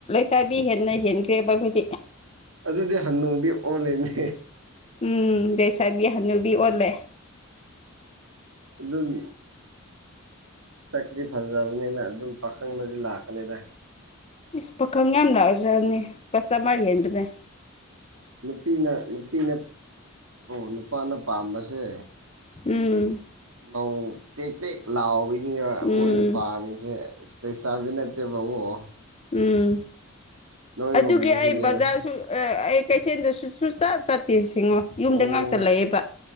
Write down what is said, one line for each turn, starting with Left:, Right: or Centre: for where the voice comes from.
Left: ꯆꯥꯕꯤ ꯍꯦꯟꯅ ꯍꯦꯟꯒ꯭ꯔꯦꯕꯕꯨꯗꯤ
Right: ꯑꯗꯨꯗꯤ ꯍꯟꯅꯨꯕꯤ ꯑꯣꯜꯂꯤꯅꯦ
Left: ꯎꯝ ꯂꯩꯁꯥꯕꯤ ꯍꯅꯨꯕꯤ ꯑꯣꯜꯂꯦ
Right: ꯑꯗꯨ ꯑꯗꯨ ꯁꯛꯇꯤ ꯐꯖꯕꯅꯤꯅ ꯑꯗꯨꯝ ꯄꯥꯈꯪꯅꯗꯤ ꯂꯥꯛꯀꯅꯤꯗ
Left: ꯏꯁꯁ ꯄꯥꯈꯪ ꯌꯥꯝ ꯂꯎꯖꯅꯤ ꯀꯁꯇꯃꯔ ꯍꯦꯟꯕꯅꯦ
Right: ꯅꯨꯄꯤꯅ ꯅꯨꯄꯤꯅ ꯑꯣ ꯅꯨꯄꯥꯅ ꯄꯥꯝꯕꯁꯦ
Left: ꯎꯝ
Right: ꯃꯧ ꯇꯦꯛ ꯇꯦꯛ ꯂꯥꯎꯕꯁꯤ
Left: ꯎꯝ
Right: ꯃꯣꯏꯅ ꯄꯥꯝꯃꯤꯁꯦ ꯏꯁꯂꯤꯁꯥꯕꯤ ꯅꯠꯇꯦꯕꯕꯎ
Left: ꯎꯝ
Right: ꯅꯣꯏꯒꯨꯝꯕꯁꯤꯅꯦꯕ
Left: ꯑꯗꯨꯒꯤ ꯑꯩ ꯕꯖꯥꯔꯁꯨ ꯑꯩ ꯀꯩꯊꯦꯜꯗꯁꯨꯨ ꯆꯠ ꯆꯠꯇꯦ ꯁꯤꯦꯡꯉꯣ ꯌꯨꯝꯗ
Right: ꯑꯣ
Left: ꯉꯥꯛꯇ ꯂꯩꯌꯦꯦꯕ